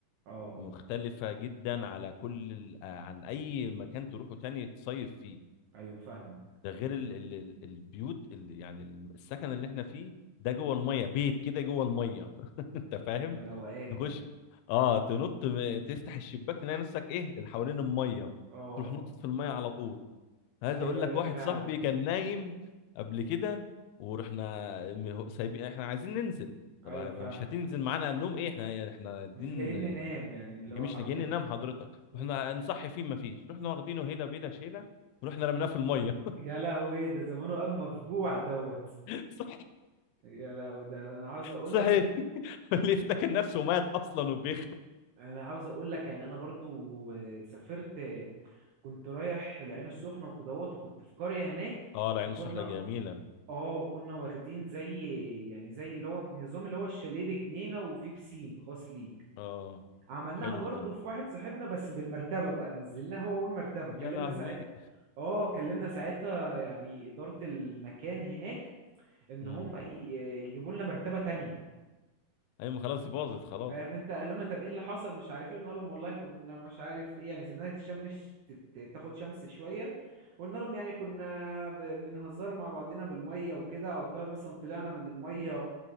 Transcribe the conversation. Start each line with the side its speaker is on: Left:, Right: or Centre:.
Right: اه
Left: مختلفة جدا على كل ال- عن اي مكان تروحه تاني تصيف فيه
Right: ايوه فاهمك
Left: ده غير ال ال ال- البيوت ال يعني السكن اللي احنا فيه ده جوه المية بيت كده جوه المية <laughs> انت فاهم
Right: ده روقان
Left: تخش
Right: ده
Left: اه تنط م- تفتح الشباك تلاقي نفسك ايه اللي حوالين الميه
Right: اه
Left: تروح نطت في الميه على طول عايز اقول
Right: ايوه
Left: لك
Right: ايوه
Left: واحد
Right: فعلا
Left: صاحبي كان نايم قبل كده ورحنا م- هو- سايبين احنا عايزين ننزل طب
Right: ايوه
Left: ما
Right: فاهمك
Left: مش هتنزل معانا النوم ايه احنا يعني احنا دين
Right: مش جايين ننام يعني اللي
Left: مش
Right: هو حرفيا
Left: نجي ننام حضرتك
Right: مم.
Left: رحنا نصحي فيه ما فيش رحنا واخدينه هيله بيلا شيله ورحنا رميناه في الميه
Right: يا لهوي ده زمانه قام مفجوع دوت
Left: <laughs> صح
Right: يا لهوي ده انا عاوز اقول
Left: صحي
Right: لك
Left: <laughs> اللي افتكر نفسه مات اصلا وبيخ
Right: انا عاوز اقول لك يعني انا برضو سافرت كنت رايح العين السخنة وكدهوت وكنت في قرية هناك
Left: اه العين
Right: فكنا
Left: السحله جميله
Right: اه كنا واخدين زي يعني زي اللي هو النظام اللي هو الشاليه بجنينة وفيه بسين خاص ليك
Left: اه
Right: عملناها
Left: حلو
Right: برضو
Left: ده
Right: في واحد صاحبنا بس بالمرتبة بقى نزلناها هو أول مرتبة
Left: يا
Right: كلمنا
Left: لهوي
Right: ساعتها اه كلمنا ساعتها يعني إدارة المكان هناك إن
Left: امم
Right: هم ي- يجيبوا لنا مرتبة تانية
Left: ايوه ما خلاص دي باظت خلاص
Right: فاهم انت قالوا لنا طب ايه اللي حصل مش عارف ايه قلنا لهم والله كنا مش عارف ايه يعني سيبناها تتشمس تت- تاخد شمس شويه قلنا لهم يعني كنا ب- بنهزروا مع بعضينا بالميه وكده او طيب مثلا طلعنا من الميه